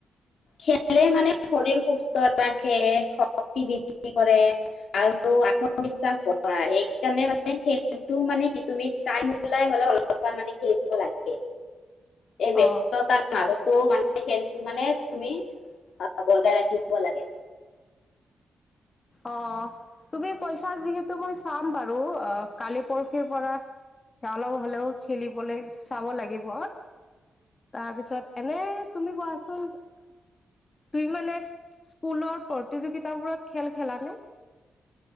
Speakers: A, on the left (about 65°); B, on the left (about 25°).
A: খেলে মানে শৰীৰ সুস্থ ৰাখে, শক্তি বৃদ্ধি কৰে, আৰু আত্মবিশ্বাস বঢ়ায়, সেইকাৰণে মানে খেলটো মানে কি তুমি টাইম ওলাই হ'লে অলপমান মানে খেলিব লাগে। এই ব্যস্ততা
B: অ
A: মাজত ত' মানে খেলটো মানে তুমি আহ, বজাই ৰাখিব লাগে।
B: অ', তুমি কৈছা যিহেতু মই চাম বাৰু অ', কালি পৰশিৰ পৰা অলপ হ'লেও খেলিবলৈ চাব লাগিব, তাৰপিছত এনে তুমি কোৱাচোন তুমি মানে স্কুলৰ প্ৰতিযোগিতাবোৰত খেল খেলা নে?